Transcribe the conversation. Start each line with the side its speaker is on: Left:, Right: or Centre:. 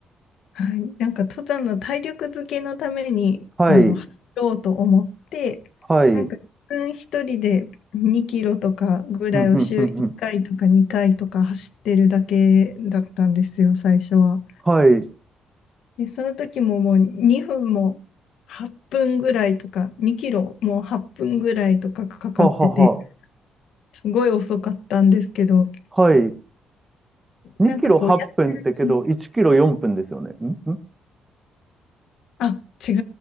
Left: はい、なんか登山の体力づけのために、
Right: はい、
Left: あの、走ろうと思って、
Right: はい。
Left: なんか自分一人で2キロとかぐらいを週1回とか2回とか走ってるだけだったんですよ、
Right: ふんふんふんふん。
Left: 最初は。
Right: はい。
Left: で、その時ももう2分も8分ぐらいとか、2キロもう8分ぐらいとかかかってて、
Right: ははは。
Left: すごい遅かったんですけど、
Right: はい。2キロ8分ってけど、
Left: なんかこうやってるうちに、
Right: 1キロ4分ですよね。んん
Left: あ、違い、